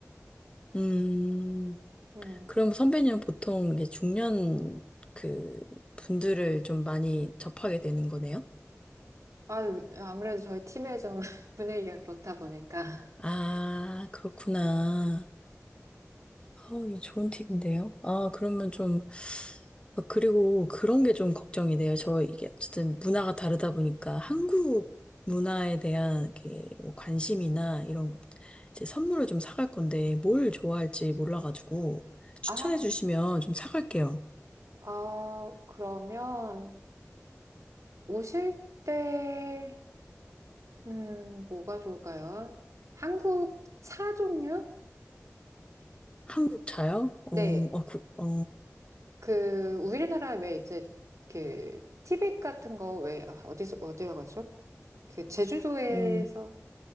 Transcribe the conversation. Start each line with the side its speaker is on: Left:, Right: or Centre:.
Left: 음.
Right: 음.
Left: 그럼 선배님은 보통 이게 중년 그 분들을 좀 많이 접하게 되는 거네요?
Right: 아유, 아무래도 저희 팀의 좀 <laughs> 분위기가 그렇다 보니까.
Left: 아, 그렇구나. 아, 이거 좋은 팁인데요. 아, 그러면 좀, 아, 그리고 그런 게 좀 걱정이 돼요. 저 이게 어쨌든 문화가 다르다 보니까 한국 문화에 대한 이렇게 뭐 관심이나 이런 것, 이제 선물을 좀 사갈 건데 뭘 좋아할지 몰라가지고 추천해
Right: 아,
Left: 주시면 좀 사갈게요.
Right: 아, 그러면 오실 때, 음, 뭐가 좋을까요? 한국 차 종류?
Left: 한국 차요? 어,
Right: 네,
Left: 어, 그, 어,
Right: 그, 우리나라 왜 이제 그, 티백 같은 거 왜, 아, 어디서, 어디라고 하죠? 그, 제주도에서
Left: 음,